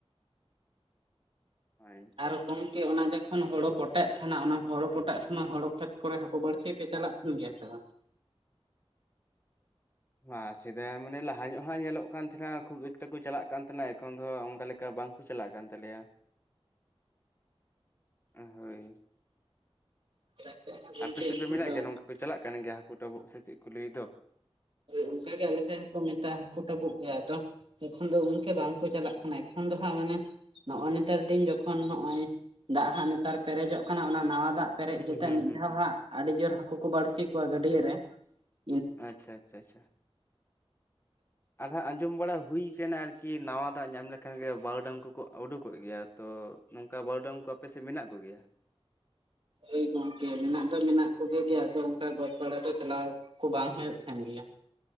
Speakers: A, on the left (about 20°); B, on the right (about 60°).
A: ᱦᱳᱭ᱾
B: ᱟᱨ ᱜᱚᱝᱠᱮ ᱚᱱᱟ ᱡᱚᱠᱷᱚᱱ ᱦᱳᱲᱳ ᱯᱚᱴᱟᱭᱮᱫ, ᱛᱟᱦᱮᱱᱟ ᱚᱱᱟ, ᱦᱳᱲᱳ ᱯᱚᱴᱟᱜ ᱥᱚᱢᱚᱭ ᱦᱳ ᱠᱷᱮᱛ ᱠᱚᱨᱮ ᱠᱳ ᱵᱟᱹᱲᱥᱤ ᱯᱮ ᱪᱟᱞᱟᱜ ᱛᱟᱦᱮᱱ ᱜᱮᱭᱟ ᱥᱮ ᱵᱟᱝ
A: ᱢᱟ ᱥᱮᱫᱟᱭ ᱢᱟᱱᱮ ᱞᱟᱦᱟ ᱧᱚᱜ ᱦᱟᱸᱜ ᱧᱮᱞᱚᱜ ᱠᱟᱱ, ᱛᱟᱦᱮᱱᱟ ᱠᱷᱩᱵ ᱮᱠᱴᱟ ᱠᱚ ᱪᱟᱞᱟᱜ ᱠᱟᱱ ᱛᱟᱦᱮᱱᱟ ᱮᱠᱷᱚᱱ ᱫᱚ ᱚᱱᱠᱟ ᱞᱮᱠᱟ ᱠᱟ ᱵᱟᱝᱠᱚ ᱪᱟᱞᱟᱜ ᱠᱟᱱ ᱛᱟᱞᱮᱭᱟ ᱦᱳᱭ
B: ᱵ
A: ᱟᱯᱮ
B: <unintelligible>
A: ᱥᱮᱫ ᱫᱚ ᱢᱮᱱᱟᱜ ᱜᱮᱭᱟ ᱱᱚᱝᱠᱟ ᱠᱚ ᱪᱟᱞᱟᱜ ᱠᱟᱱ ᱜᱮᱭᱟ ᱦᱟᱹᱠᱩ ᱴᱟᱵᱚᱜ ᱥᱮ ᱪᱮᱫ ᱠᱚ ᱞᱟᱹᱭ ᱫᱚ?
B: ᱚᱱᱠᱟ ᱜᱮ ᱟᱞᱮ ᱥᱮ ᱠᱚ ᱢᱮᱛᱟᱜ-ᱟ᱾ ᱦᱟᱹᱠᱩ ᱴᱟᱵᱩᱜ ᱜᱮ ᱟᱫᱚ ᱮᱠᱷᱚᱱ ᱫᱚ ᱚᱱᱠᱷᱮ ᱵᱟᱝᱠᱚ ᱪᱟᱞᱟᱜ ᱠᱟᱱᱟ ᱮᱠᱷᱚᱱ ᱫᱚ ᱦᱟᱸᱜ ᱢᱟᱱᱮ ᱱᱚᱜᱼᱚᱭ ᱱᱮᱛᱟᱨ ᱫᱤᱱ ᱡᱚᱠᱷᱚᱱ ᱱᱚᱜᱼᱚᱭ ᱫᱟᱜ ᱦᱟᱸᱜ ᱱᱮᱛᱟᱨ ᱯᱮᱨᱮᱡᱚᱜ ᱠᱟᱱᱟ ᱚᱱᱟ ᱱᱟᱣᱟ ᱫᱟᱜ ᱯᱮᱨᱮᱡ
A: ᱦᱩᱸ
B: ᱠᱟᱛᱮᱫ
A: ᱦᱩᱸ
B: ᱢᱤᱫ
A: ᱦᱩᱸ
B: ᱫᱷᱟᱣ
A: ᱦᱩᱸ
B: ᱦᱟᱸᱜ ᱟᱹᱰᱤ ᱡᱳᱨ ᱦᱟᱹᱠᱩ ᱠᱚ ᱵᱟᱹᱲᱥᱤ ᱠᱚᱣᱟ ᱜᱟᱹᱰᱭᱟᱹ ᱨᱮ ᱾
A: ᱟᱪᱪᱷᱟ ᱟᱪᱷᱟ ᱪᱷᱟ ᱾ ᱟᱫᱷᱟ ᱟᱸᱡᱚᱢ ᱵᱟᱲᱟ ᱦᱩᱭ ᱮᱠᱷᱮᱱ ᱟᱨᱠᱤ ᱱᱟᱣᱟ ᱫᱟᱜ ᱧᱟᱢ ᱞᱮᱠᱷᱟᱱ ᱜᱮ ᱵᱟᱨᱩᱰᱟᱹᱝ ᱠᱚᱠᱚ ᱩᱰᱩᱠᱚᱜ ᱜᱮᱭᱟ ᱛᱚ ᱚᱱᱠᱟ ᱵᱟᱨᱩᱰᱟᱝ ᱠᱚ ᱟᱯᱮ ᱥᱮᱫ ᱢᱮᱱᱟᱜ ᱠᱚ ᱜᱮᱭᱟ?
B: ᱦᱳᱭ ᱜᱚᱝᱠᱮ ᱢᱮᱱᱟᱜ ᱫᱚ ᱢᱮᱱᱟᱜ ᱠᱚᱜᱮ ᱜᱮᱭᱟ ᱟᱫᱚ ᱚᱱᱠᱟ ᱜᱚᱡ ᱵᱟᱲᱟ ᱫᱚ ᱪᱟᱞᱟᱣ ᱠᱚ ᱵᱟᱝ ᱦᱩᱭᱩᱜ ᱛᱟᱦᱮᱱ ᱜᱮᱭᱟ ᱾